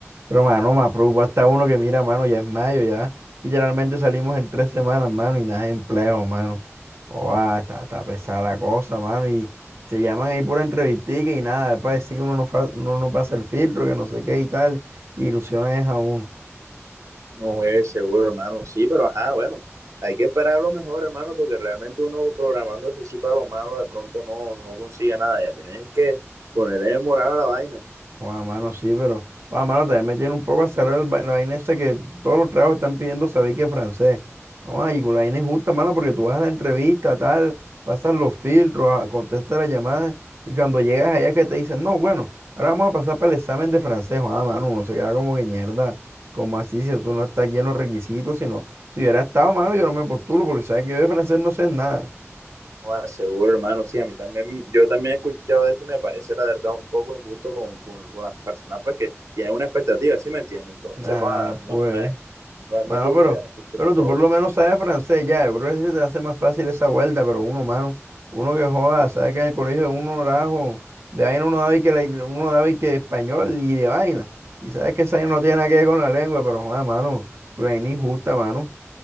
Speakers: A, on the right (about 55°); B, on the right (about 85°).
A: pero, mano, más preocupa está uno que mira, mano, ya es mayo, ya literalmente salimos en tres semanas, mano, y nada de empleo, mano. Oa, está, está pesada la cosa, mano. Y se llaman ahí pura entrevistica y nada. Después decir que uno no, fa- uno no pasa el filtro, que no sé qué y tal. y Ilusiones a uno.
B: No juegues seguro, hermano. Sí, pero ajá, bueno, hay que esperar lo mejor, hermano, porque realmente uno programándose sí para lo malo, de pronto no, no consigue nada. Ya tienen que ponerle moral a la vaina.
A: Bueno, mano, sí, pero, bueno, mano, también me tiene un poco azarado el va- la vaina esa que todos los trabajos están pidiendo saber que es francés. No, ay, la vaina es justa, mano, porque tú vas a la entrevista, tal, pasas los filtros, a- contestas las llamadas, y cuando llegas allá que te dicen, no, bueno, ahora vamos a pasar para el examen de francés. Ah, mano, uno se queda como que mierda, como así, si tú no estás aquí en los requisitos, sino, si hubiera estado, mano, yo no me postulo, porque sabes que yo de francés no sé nada.
B: No, seguro, hermano. Sí, a mí también, yo también he escuchado eso y me parece la verdad un poco injusto con, con, con las personas pues que tienen una expectativa, ¿sí me entiende? Entonces,
A: Ah,
B: joda, no,
A: pues.
B: no es, no es
A: Mano,
B: no es justo,
A: pero,
B: ya no es justo
A: pero
B: tampoco.
A: tú por lo menos sabes francés ya. Yo creo que así se te hace más fácil esa vuelta, pero uno, mano, uno que joda, sabe que en el colegio de uno rajo, de vaina uno daba y que, la- uno daba y que español y de vaina. Y sabes que esa vaina no tiene nada que ver con la lengua, pero joda, mano, una vaina injusta, mano.